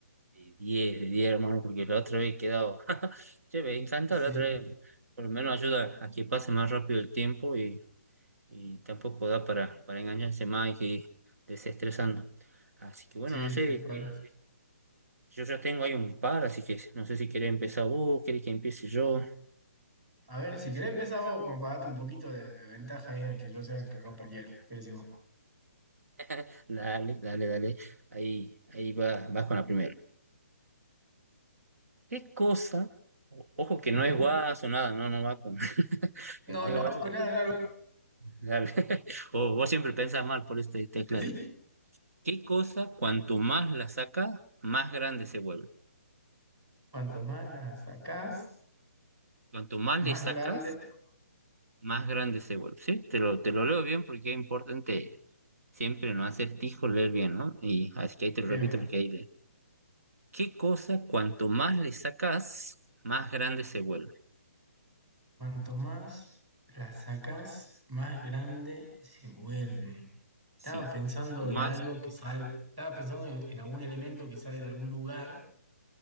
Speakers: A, on the right; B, on the right.
A: de diez de 10 hermano, porque la otra vez he quedado. <laughs> Che, me encanta
B: Sí,
A: la otra vez. Por lo menos ayuda a que pase más rápido el tiempo y, y tampoco da para, para engañarse más y que ir desestresando. Así que bueno,
B: sí,
A: no sé,
B: tal cual.
A: eh, Yo ya tengo ahí un par, así que no sé si querés empezar vos, querés que empiece yo.
B: A ver, si querés empezar vos con para darte un poquito de, de ventaja ahí a que yo sea el que rompa el hielo. ¿Qué decís vos?
A: <laughs> Dale, dale, dale. Ahí, ahí va, vas con la primera. ¿Qué cosa? o- Ojo que no
B: Ujú.
A: es guaso, nada, no, no va con. <laughs>
B: No,
A: No
B: no,
A: es guaso.
B: con nada largo.
A: Dale. <laughs> o vos siempre pensás mal, por eso te, te aclaro.
B: Sí.
A: ¿Qué cosa, cuanto más la sacas, más grande se vuelve?
B: Cuanto más las sacás,
A: Cuanto más
B: más
A: le sacas,
B: grande.
A: más grande se vuelve. ¿Sí? Te lo, te lo leo bien porque es importante siempre no acertijo leer bien, ¿no? Y así que ahí te lo
B: Bien,
A: repito porque ahí ¿Qué cosa cuanto más le sacas, más grande se vuelve?
B: cuanto más las sacás, más grande se vuelve. Estaba
A: Sí,
B: pensando
A: cuanto más...
B: en algo que sale, estaba pensando en, en algún elemento que sale de algún lugar